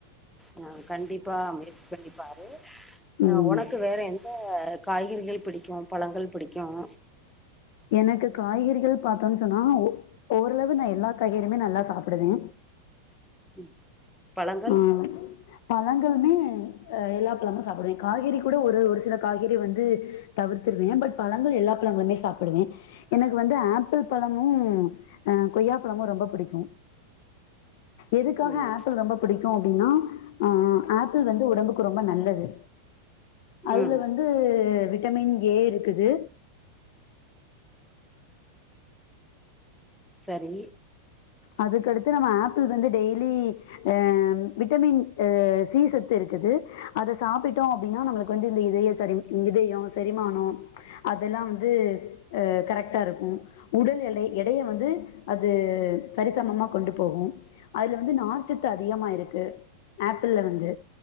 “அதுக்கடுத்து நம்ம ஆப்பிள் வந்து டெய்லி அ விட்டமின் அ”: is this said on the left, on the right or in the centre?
Left